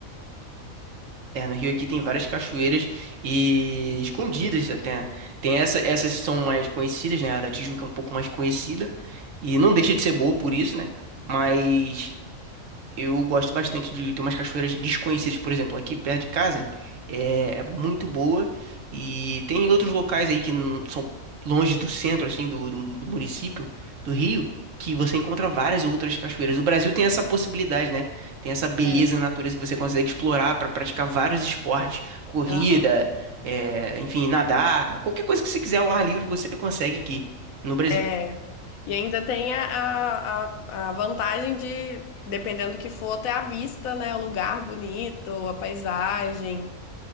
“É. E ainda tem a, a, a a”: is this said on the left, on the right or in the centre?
Left